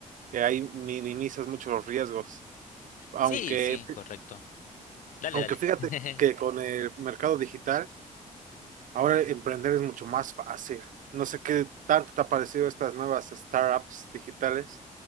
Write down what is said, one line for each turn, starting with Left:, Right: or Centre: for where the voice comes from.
Right: que ahí minimizas mucho los riesgos. Aunque,
Left: Sí, sí, correcto. Dale,
Right: aunque
Left: dale.
Right: fíjate
Left: <laughs>
Right: que con el mercado digital, ahora emprender es mucho más fácil. No sé qué tanto te ha parecido estas nuevas startups digitales.